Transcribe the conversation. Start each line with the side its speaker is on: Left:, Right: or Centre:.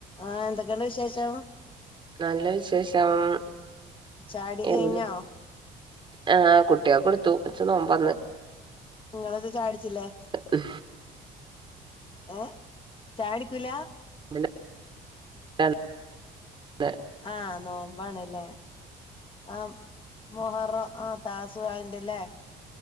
Left: ആ എന്തൊക്കെണ്ട് വിശേഷം
Right: നല്ല വിശേഷം....
Left: ചാടി കഴഞ്ഞോ
Right: എവിടെ ആ കുട്ടിക്കൊടുത്തു വച്ച നോമ്പന്ന്
Left: നിങ്ങളത് ചാടിച്ചില്ലേ
Right: ഹ്മ്മ്
Left: ഏ ചാടിക്കൂല
Right: <unintelligible> <inaudible>
Left: ആഹ് നോമ്പാണല്ലേ ഉം ആ മൊഹറോ ആഹ താസുആൻഡ്ല്ല്യേ